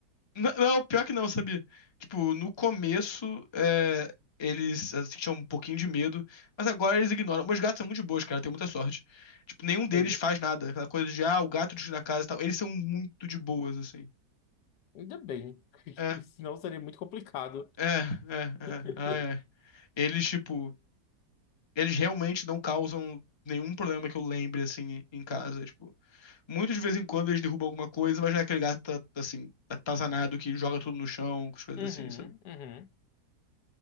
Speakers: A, on the left; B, on the left.
A: N- Não, pior que não, sabia? Tipo, no começo, é, eles assim, tinham um pouquinho de medo, mas agora eles ignoram. Meus gatos são muito de boas, cara, eu tenho muita sorte. Tipo, nenhum deles
B: Bem.
A: faz nada. Aquela coisa de, ah, o gato destruiu a casa e tal. Eles são muito de boas, assim.
B: Ainda bem,
A: É,
B: <laughs> senão seria muito complicado.
A: é, é,
B: <laughs>
A: é. Ah, é. Eles, tipo, eles realmente não causam nenhum problema que eu lembre, assim, em casa, tipo. Muito de vez em quando eles derrubam alguma coisa, mas já é aquele gato tá, tá, assim, atazanado que joga tudo no chão, com as coisas
B: Uhum,
A: assim, sabe?
B: uhum.